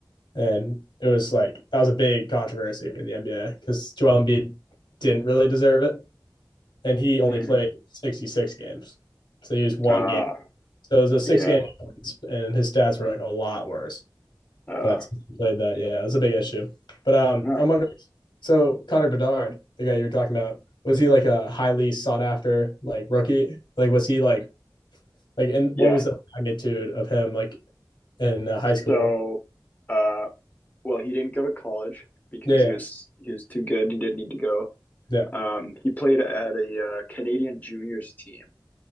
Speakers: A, on the left; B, on the left.
A: And it was like, that was a big controversy in the NBA because Joel Embiid didn't really deserve it. And he only
B: hmm
A: played 66 games. So he was one
B: Uh,
A: game. So it was a six
B: yeah.
A: game, and his stats were like a lot worse.
B: Uh,
A: But since he played that, yeah, it was a big issue. But um,
B: huh.
A: I'm wondering. So Connor Bedard, the guy you were talking about, was he like a highly sought after like rookie? Like, was he like like and
B: Yeah.
A: what was the magnitude of him like in uh, high school?
B: So, uh, well, he didn't go to college because
A: Yeah, yeah,
B: he was he was too good. He didn't need to go.
A: yeah.
B: Um, he played at a uh, Canadian juniors team.